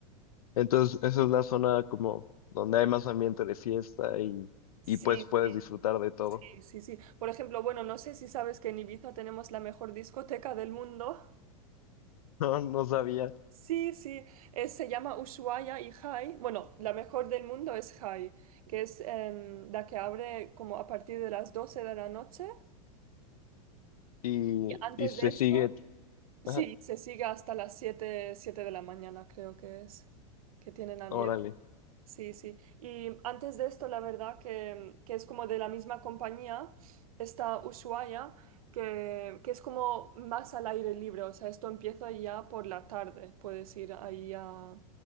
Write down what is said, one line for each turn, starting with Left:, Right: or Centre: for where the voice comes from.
Left: Entonces, esa es la zona como donde hay más ambiente de fiesta y,
Right: Sí,
Left: y pues puedes
Right: sí,
Left: disfrutar de todo.
Right: sí,
Left: <laughs>
Right: sí, sí. Por ejemplo, bueno, no sé si sabes que en Ibiza tenemos la mejor discoteca del mundo.
Left: No, no sabía.
Right: Sí, sí, eh, se llama Ushuaia y Jai. Bueno, la mejor del mundo es Jai, que es em, la que abre como a partir de las 12 de la noche.
Left: Y,
Right: Y antes
Left: y se
Right: de eso,
Left: sigue.
Right: sí,
Left: Ajá,
Right: se sigue hasta las siete 7 de la mañana, creo que es, que tienen abierto.
Left: órale.
Right: Sí, sí. Y antes de esto, la verdad que, que es como de la misma compañía, está Ushuaia, que, que es como más al aire libre. O sea, esto empieza ya por la tarde. Puedes ir ahí a, a